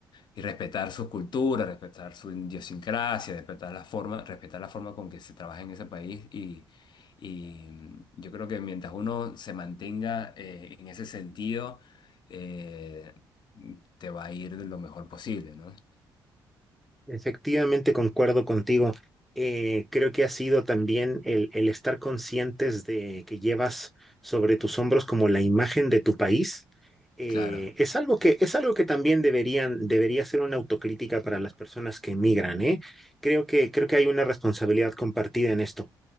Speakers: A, on the left; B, in the centre.
A: Y respetar su cultura, respetar su idiosincrasia, respetar la forma, respetar la forma con que se trabaja en ese país. Y, y, mm, yo creo que mientras uno se mantenga eh, en ese sentido, eh, te va a ir de lo mejor posible, ¿no?
B: Efectivamente, concuerdo contigo. Eh, creo que ha sido también el, el estar conscientes de que llevas sobre tus hombros como la imagen de tu país. Eh,
A: Claro,
B: es algo que, es algo que también deberían, debería ser una autocrítica para las personas que emigran, ¿eh? Creo que, creo que hay una responsabilidad compartida en esto